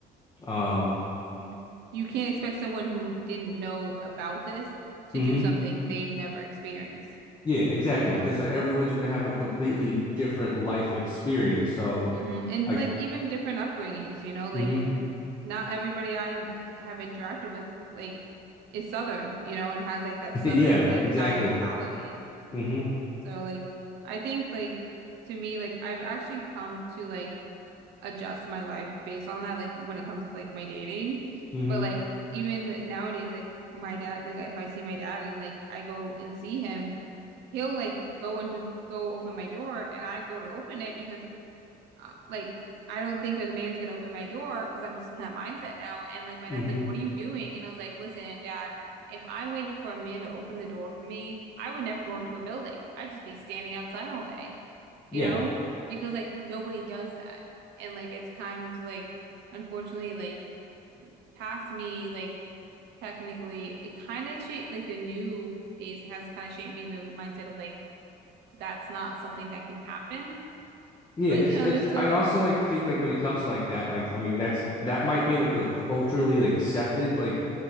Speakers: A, on the left; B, on the right.
A: um
B: you you can't expect someone who didn't know about this to
A: mhm.
B: do something they've never experienced.
A: Yeah, exactly.
B: Yeah.
A: Because everyone's going to have a completely different life experience. So
B: hmm And
A: like
B: like even different upbringings, you know, like
A: mhm.
B: not everybody I have interacted with like is Southern, you know, and has like that
A: <laughs>
B: Southern
A: Yeah,
B: like
A: exactly.
B: guy mentality.
A: Mhm.
B: So like I think like to me like I've actually come to like adjust my life based on that like when it comes to like my dating.
A: Mhm.
B: But like even th- nowadays like my dad like if I see my dad and like I go and see him, he'll like go into go open my door and I go to open it because uh, like I don't think a man's gonna open my door because I'm just in that mindset now. And like my
A: Mhm.
B: dad's like, "What are you doing?" And I was like, "Listen, Dad, if I waited for a man to open the door for me, I would never go into a building. I'd just be standing outside all day, you
A: Yeah.
B: know, because like nobody does that. And like it's kind of like unfortunately like past me like technically it kind of shaped like the new days has kind of shaped me in the mindset of like that's not something that can happen.
A: Yeah,
B: But
A: it's
B: you know,
A: it's
B: there's still
A: I also like think like when it comes to like that, like I mean that's that might be like a culturally like, accepted like